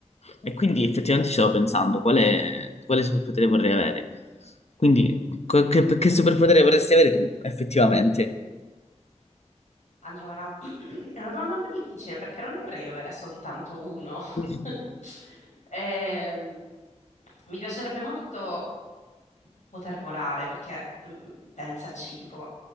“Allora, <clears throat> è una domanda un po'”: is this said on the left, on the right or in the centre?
Left